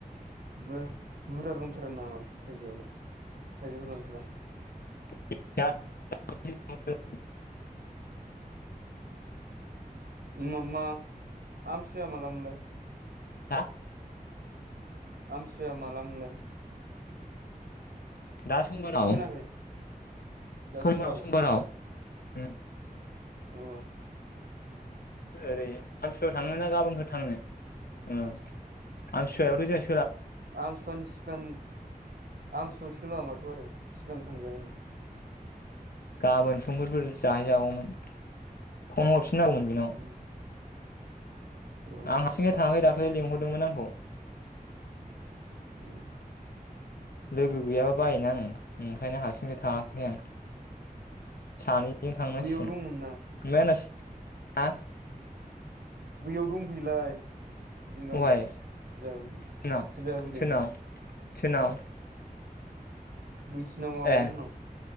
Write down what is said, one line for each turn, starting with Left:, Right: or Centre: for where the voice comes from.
Right: बो बुर्जा दंथारो नामा थायजौआलाय <unintelligible>
Left: <unintelligible>
Right: मा मा आमथिसुवाया माला मोनलाय?
Left: हा
Right: आमथिसुवाया मालामोनलाय?
Left: दा समबाराव
Right: खोनाखै दा
Left: समबाराव
Right: समबार
Left: समबाराव। उम
Right: ओ।
Left: ओरै आमथिसुवायाव थांनो ना गाबोनफोर थांनो। ओ आमथिसुवायावथ जाहै
Right: आमथिसुवानि सिगां आमथिसुवायाव सोलाबाथ आरो सिगां थांजायोमोन।
Left: गाबोन समफोरफोर जाहैजागौमोन फन हरफि न नांगौ मोन बेनाव।
Right: उम औ
Left: आं हारसिङै थांआखै दा ख्लै लिंहरदोंमोन आंखौ।
Right: उम।
Left: लोगो गैयाबा बायोना आं ओंखायनो हारसिंखाय थाङाखै आं। सानै दिनै थांनांसिगोन
Right: बैयाव दंमोन ना
Left: <unintelligible> हा
Right: बैयाव दंफैयोलाय। जों गामियाव
Left: दहाय
Right: फुजा होफैदों
Left: सोरनाव
Right: फुजा होफैदों।
Left: सोरनाव सोरनाव।
Right: बैसिनाव आब'मोननाव।
Left: ए